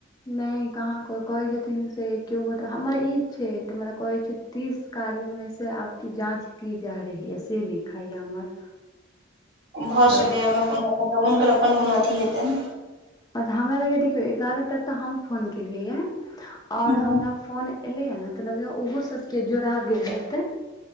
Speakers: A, on the left (about 20°); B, on the right (about 55°).
A: नहि कहाँ कोय कहै छथिन से केओ गोटा हमर ई छैतऽ हमर कहैय छैय तीस कार्यो में से आप की जाँच की जा रही है से लिखाय ये हमर
B: भऽ
A: तऽ
B: सकैएमे कोनो मतलब हुनकर अपन कोनो अथी हेतै ने
A: तऽ हमरा लग देखियौ एगारह टा तऽ हम फोन केलियै यऽ आओर
B: हूँ
A: हमरा फोन एलै हऽ ने तऽ लगै ओहो सबके जोड़ा गेल हेतै,